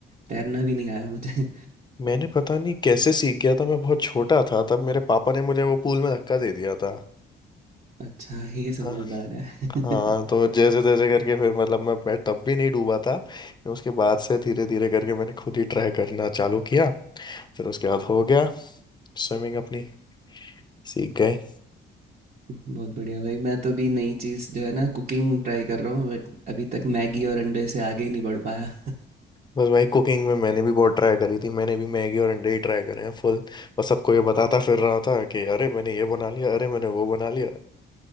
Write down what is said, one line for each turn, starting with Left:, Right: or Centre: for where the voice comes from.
Right: तैरना भी नहीं आया मुझे
Left: मैंने पता नहीं कैसे सीख गया था मैं बहुत छोटा था तब मेरे पापा ने मुझे वो पूल में धक्का दे दिया था
Right: अच्छा ये समझदार
Left: हाँ
Right: है
Left: हाँ,
Right: <laughs>
Left: तो जैसे तैसे करके फिर मतलब मैं मैं तब भी नहीं डूबा था उसके बाद से धीरे धीरे करके मैंने खुद ही ट्राई करना चालू किया फिर उसके बाद हो गया स्विमिंग अपनी सीख गए
Right: बहुत बढ़िया भाई मैं तो भी नई चीज़ जो है ना कुकिंग ट्राई कर रहा हूँ बट अभी तक मैगी और अंडे से आगे नहीं बढ़ पाया <laughs>
Left: बस भाई कुकिंग में मैंने भी बहुत ट्राई करी थी मैंने भी मैगी और अंडे ही ट्राई करे हैं फुल बस सबको ये बताता फिर रहा था कि अरे मैंने ये बना लिया अरे मैंने वो बना लिया